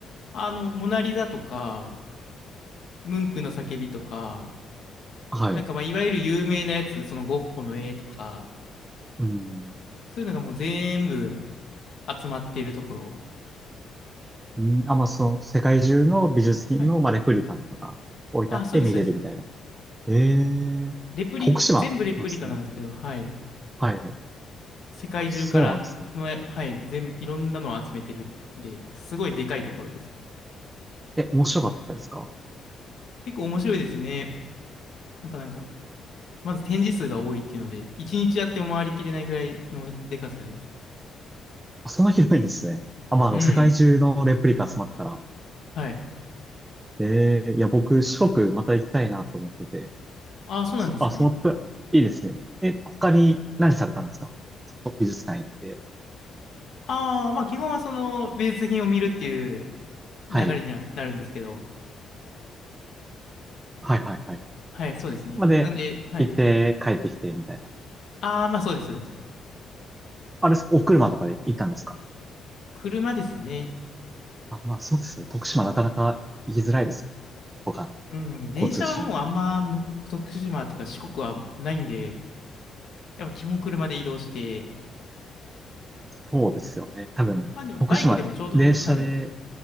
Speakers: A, on the left; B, on the right.
A: あの、モナリザとか、ムンクの叫びとか、
B: はい。
A: なんかまあ、いわゆる有名なやつ、そのゴッホの絵とか、
B: うん。
A: そういうのがもう全部、集まっているところ。
B: うん、あ、まあ、その、世界中の美術品の、
A: はい。
B: まあ、レプリカとかが置いてあって見れるみたいな。
A: あ、そうです、そうです。
B: ええ徳島なんですね。
A: レプリ、全部レプリカなんですけど、はい。
B: はい。
A: 世界中からの、
B: あ、そうなんですね。
A: はい、全、いろんなのを集めてるんで、すごいでかいところです。
B: え、面白かったですか
A: 結構面白いですね。やっぱなんか、まず展示数が多いっていうので、一日やっても回りきれないぐらいのでかさで。
B: あ、そんな広いんですね。あ、まあ、
A: うん。
B: あの、世界中のレプリカ集まったら。
A: はい。
B: ええいや、僕、四国また行きたいなと思ってて。
A: ああ、そうなんですね。
B: そ、あ、そのプラ、いいですね。え、他に何されたんですか美術館行って。
A: ああー、まあ基本はその美術品を見るっていう
B: はい。
A: 流れにはなるんですけど、
B: はいはいはい。
A: はい、そうですね。
B: まで、
A: なんで、はい。
B: 行って帰ってきて、みたいな。
A: ああ、まあそうです、そうです。
B: あれお車とかで行ったんですか
A: 車ですね。
B: あ、まあそうですよね。徳島なかなか行きづらいですよ。他の
A: うん、電車はもうあんまむ徳島っていうか四国はないんで、
B: 交通手段だと。
A: やっぱ基本車で移動して、
B: そうですよね。多分、
A: まあでもバイクでもちょうど、
B: 徳島、電車で
A: はい。